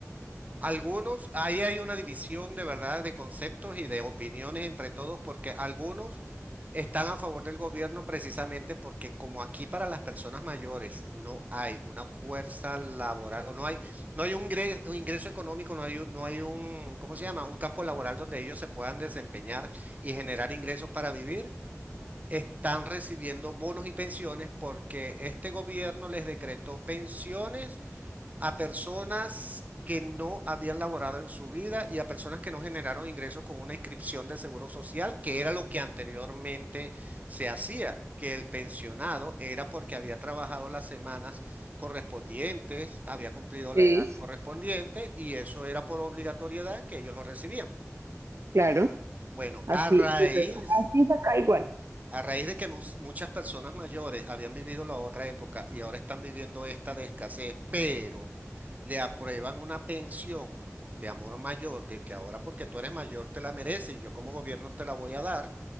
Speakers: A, on the right (about 30°); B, on the right (about 60°).
A: Algunos, ahí hay una división de verdad de conceptos y de opiniones entre todos, porque algunos están a favor del gobierno precisamente porque como aquí para las personas mayores no hay una fuerza laboral o no hay, no hay un gre- un ingreso, económico, no hay, un- no hay un, ¿cómo se llama? Un campo laboral donde ellos se puedan desempeñar y generar ingresos para vivir, están recibiendo bonos y pensiones porque este gobierno les decretó pensiones a personas que no habían laborado en su vida y a personas que no generaron ingresos con una inscripción de seguro social, que era lo que anteriormente se hacía, que el pensionado era porque había trabajado las semanas correspondientes, había cumplido
B: Sí,
A: la edad correspondiente y eso era por obligatoriedad que ellos lo recibían.
B: claro.
A: Bueno,
B: Así,
A: a raíz
B: pues es acá, así es acá igual.
A: a raíz de que mus- muchas personas mayores habían vivido la otra época y ahora están viviendo esta de escasez, pero le aprueban una pensión de amor mayor, de que ahora porque tú eres mayor te la mereces y yo como gobierno te la voy a dar,